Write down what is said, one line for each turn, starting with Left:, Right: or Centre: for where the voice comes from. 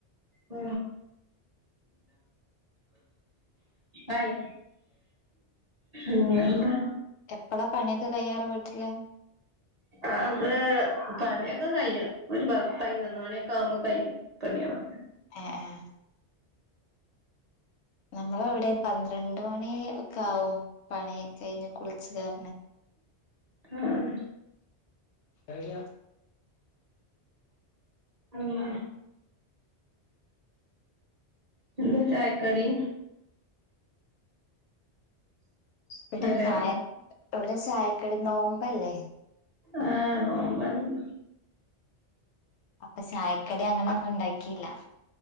Right: ഉ ആയി ഉ എന്താ
Left: എപ്പഴാ പണിയൊക്കെ കയ്യാറ് വീട്ടില്ലേ
Right: അത് പണിയൊക്കെ കഴ്യാം ഒരു പത്ത് പതിനതിനൊന്ന് മണിയൊക്കെ ആവുമ്പോ കഴ്യാം പണിയളെ
Left: ആഹ ആഹ നമ്മള ഇവിടെ പന്ത്രണ്ട് മണി ഒക്കെ ആാവും പണി കഴിഞ്ഞ് കുളിച്ച കറ
Right: ആഹ്
Left: കയ
Right: ഉം എന്ത ചായ കടി
Left: ഇവിടെ
Right: ഹലോ
Left: ചായ ഇവിടെ ചായക്കടി നോമ്പല്ലേ
Right: ആഹ നോമ്പന്ന
Left: അപ്പൊ ചായക്കടി അങ്ങനെൊന്നും ഉണ്ടാക്കിയില്ല